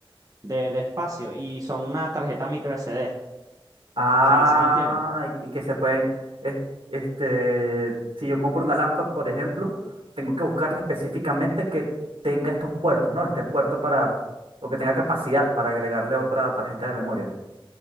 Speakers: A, on the right (about 40°); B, on the right (about 75°).
A: De, de espacio, y son una tarjeta micro SD, o
B: Ah,
A: sea, ¿sí me entiendes?
B: y, y que se pueden, es- este, si yo compro una laptop, por ejemplo, tengo que buscarla específicamente que tenga estos puertos, ¿no? Este puerto para, o que tenga capacidad para agregarle otra tarjeta de memoria.